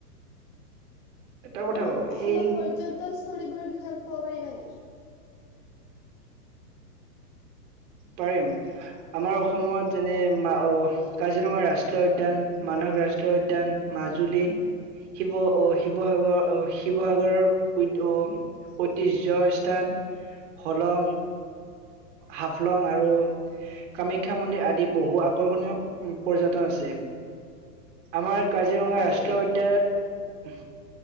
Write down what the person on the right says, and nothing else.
এটা কথা
কওঁ
এই
পাৰিম আমাৰ অসমত যেনে মা--অ কাজিৰঙা ৰাষ্ট্ৰীয় উদ্যান, মানস ৰাষ্ট্ৰীয় উদ্যান, মাজুলী। শিৱ অ শিৱসাগৰ অ শিৱসাগৰৰ উধ্য ঐতিহ্য স্থান হলং হাফলং আৰু কামাখ্যা মন্দিৰ আদি বহু আকৰ্ষণীয় পৰ্যটন আছে। আমাৰ কাজিৰঙা
ৰাষ্ট্ৰীয়
উদ্যান